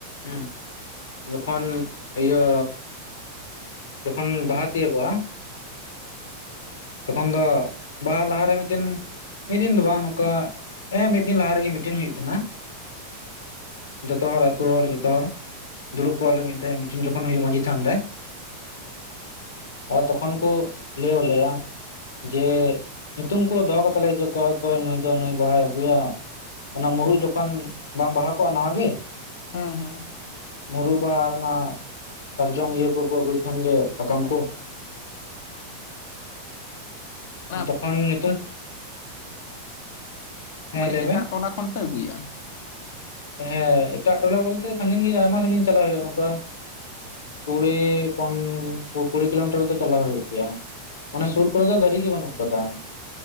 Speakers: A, on the left; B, on the left.
A: ᱦᱩᱸ ᱡᱚᱠᱷᱚᱱ ᱤᱭᱟᱹ ᱡᱚᱠᱷᱚᱱ ᱵᱟᱦᱟ ᱛᱤᱭᱟᱹᱜᱚᱜᱼᱟ ᱛᱚᱠᱷᱚᱱ ᱫᱚ ᱵᱟᱦᱟ ᱞᱟᱦᱟᱨᱮ ᱢᱤᱫ ᱫᱤᱱ ᱢᱤᱫ ᱫᱤᱱ ᱫᱚ ᱵᱟᱝ ᱱᱚᱝᱠᱟ ᱦᱮᱸ ᱢᱤᱫ ᱫᱤᱱ ᱞᱟᱦᱟ ᱨᱮᱜᱮ ᱢᱤᱴᱤᱱ ᱦᱩᱭᱩᱜ ᱛᱮᱦᱮᱱᱟ᱾ ᱡᱚᱛᱚ ᱦᱚᱲ ᱟᱹᱛᱩ ᱦᱚᱲ ᱡᱚᱛᱚ ᱦᱚᱲ᱾ ᱫᱩᱲᱩᱵ ᱠᱚᱼᱟ ᱞᱮ ᱢᱤᱫ ᱫᱷᱮ ᱢᱤᱴᱤᱱ ᱡᱚᱠᱷᱚᱱ ᱦᱩᱭᱩᱜᱼᱟ ᱢᱟᱡᱷᱤ ᱛᱷᱟᱱ ᱨᱮ᱾ ᱟᱨ ᱛᱚᱠᱷᱚᱱ ᱠᱳ ᱞᱮᱣ ᱟᱞᱮᱭᱟ᱾ ᱡᱮ ᱧᱩᱛᱩᱢ ᱠᱚ ᱫᱚᱦᱚ ᱠᱟᱛᱞᱮ ᱹᱡᱮ ᱠᱚᱣ ᱠᱚᱭ ᱱᱩᱭ ᱫᱚ ᱱᱩᱭ ᱵᱟᱦᱟᱭ ᱟᱹᱜᱩᱭᱟ᱾ ᱚᱱᱟ ᱢᱩᱨᱩᱜ ᱡᱚᱠᱷᱚᱱ ᱵᱟᱝ ᱵᱟᱦᱟ ᱠᱚᱜᱼᱟ ᱱᱚᱣᱟ ᱜᱮ
B: ᱦᱮᱸ ᱦᱮᱸ᱾
A: ᱢᱩᱨᱩᱜ ᱵᱟᱦᱟ ᱨᱮᱱᱟᱜ ᱥᱟᱨᱡᱚᱢ ᱤᱭᱟᱹ ᱠᱚᱠᱚ ᱟᱹᱜᱩᱭ ᱛᱟᱦᱮᱱ ᱜᱮ ᱥᱟᱠᱟᱢ ᱠᱚ᱾
B: ᱚᱸ᱾
A: ᱛᱚᱠᱷᱚᱱ ᱧᱩᱛᱩᱢ ᱦᱮᱸ
B: ᱢᱟᱱᱮ
A: ᱞᱟᱹᱭ
B: ᱮᱴᱟᱜ
A: ᱢᱮ
B: ᱴᱚᱞᱟ ᱠᱷᱚᱱ ᱯᱮ ᱟᱹᱜᱩᱭᱮᱜ-ᱟ᱾
A: ᱦᱮᱸ ᱮᱴᱟᱜ ᱴᱚᱞᱟ ᱵᱚᱞᱛᱮ ᱥᱟᱸᱜᱤᱧ ᱜᱮ ᱟᱭᱢᱟ ᱜᱷᱟᱹᱱᱤᱧ ᱪᱟᱞᱟᱣ ᱦᱩᱭᱩᱜᱼᱟ ᱱᱚᱝᱠᱟ ᱠᱩᱲᱤ ᱯᱚᱱ ᱠᱩᱲᱤ ᱠᱤᱞᱳᱢᱤᱴᱟᱨ ᱫᱚ ᱪᱟᱞᱟᱣ ᱦᱩᱭᱩᱜ ᱜᱮᱭᱟ᱾ ᱚᱱᱮ ᱥᱩᱨ ᱠᱚᱨᱮ ᱫᱚ ᱫᱟᱨᱤ ᱜᱮ ᱵᱟᱹᱱᱩᱜ ᱟᱠᱟᱫᱟ᱾